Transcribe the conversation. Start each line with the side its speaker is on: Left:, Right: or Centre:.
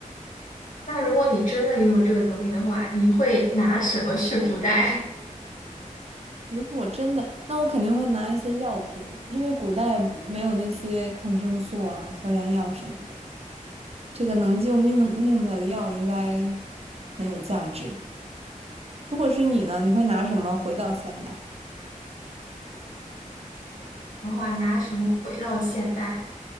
Left: 那如果你真的拥有这个能力的话，你会拿什么去古代？
Right: 如果我真的，那我肯定会拿一些药品，因为古代没有那些抗生素啊、消炎药什么的。这个能救命命的药应该很有价值。如果是你呢，你会拿什么回到现代？
Left: <laughs> 的话，拿什么回到现代？